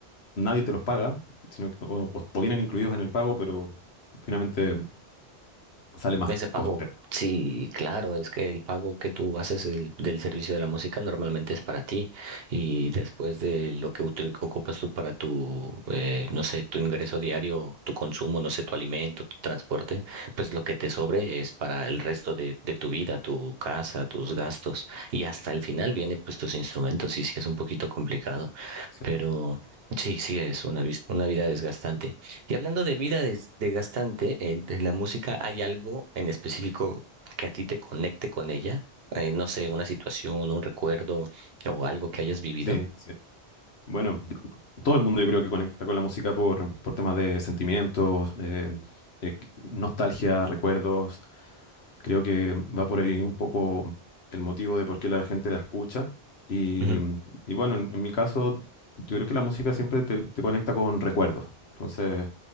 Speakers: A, on the left (about 70°); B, on the right (about 65°).
A: nadie te los paga, sino que- o, o- o vienen incluidos en el pago, pero finalmente sale más
B: Ese pago,
A: coste.
B: sí, claro, es que el pago que tú haces el- del servicio de la música normalmente es para ti y después de lo que util- ocupas tú para tu, eh, no sé, tu ingreso diario, tu consumo, no sé, tu alimento, tu transporte, pues lo que te sobre es para el resto de, de tu vida, tu casa, tus gastos y hasta el final viene pues tus instrumentos y sí es un poquito complicado,
A: Sí,
B: pero sí, sí es una, vis- una vida desgastante. Y hablando de vida des- desgastante, entre la música hay algo en específico que a ti te conecte con ella? Eh, no sé, una situación, un recuerdo o algo que hayas vivido.
A: sí, sí. Bueno, todo el mundo yo creo que conecta con la música por, por temas de sentimientos, eh, eh, nostalgia, recuerdos. Creo que va por ahí un poco el motivo de por qué la gente la escucha. Y,
B: Ujú.
A: y bueno, en, en mi caso, yo creo que la música siempre te, te conecta con recuerdos. Entonces,